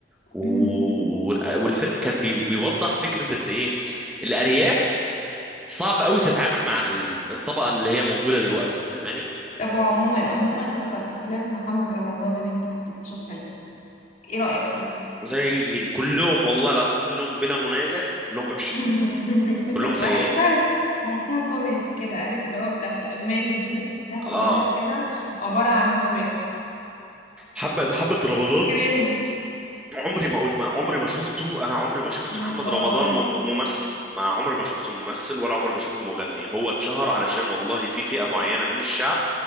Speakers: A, in the centre; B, on the left.
A: و...
B: أمم.
A: و- والفيلم كان بي... بيوضح فكره ان ايه الارياف صعب قوي تتعامل مع ال- الطبقه اللي هي موجوده دلوقتي فاهماني
B: طب عموما عموما اصلا افلام محمد رمضان اللي انت كنت بتشوفها دي ايه رايك فيها
A: زي ال- كلهم والله العظيم كلهم بلا منازع كلهم وحشين
B: <laughs>
A: كلهم سيئين
B: بحسها بحسها كوميك كده عارف اللي هو بتاعت الألماني دي بحسها كلها
A: اه
B: كده عبارة عن كوميك
A: محمد محمد رمضان
B: كرينج
A: عمري ما اقول ما عمري ما شفته انا عمري ما شفت محمد
B: نمبر
A: رمضان
B: وان
A: مم- ممثل ما عمري ما شفته ممثل ولا عمري بشوفه مغني هو اتشهر علشان والله في فئة معينة من الشعب